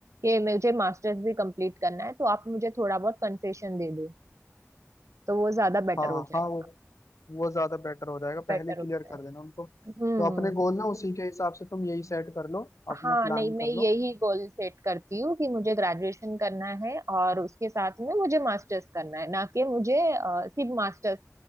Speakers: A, on the right; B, on the left.
A: कि मुझे मास्टर्स भी कंप्लीट करना है तो आप मुझे थोड़ा बहुत कंसेशन दे दो तो वो ज्यादा बेटर
B: हाँ
A: हो जाएगा
B: हाँ वो वो ज्यादा बेटर हो जाएगा
A: बेटर
B: पहले क्लियर
A: हो जाए
B: कर देना उनको
A: हम्म
B: तो अपने गोल ना उसी के हिसाब से तुम यही सेट कर लो अपना
A: हाँ
B: प्लान
A: नहीं मैं
B: कर
A: यही
B: लो
A: गोल सेट करती हूँ कि मुझे ग्रेजुएशन करना है और उसके साथ में मुझे मास्टर्स करना है ना कि मुझे अ, सिर्फ मास्टर्स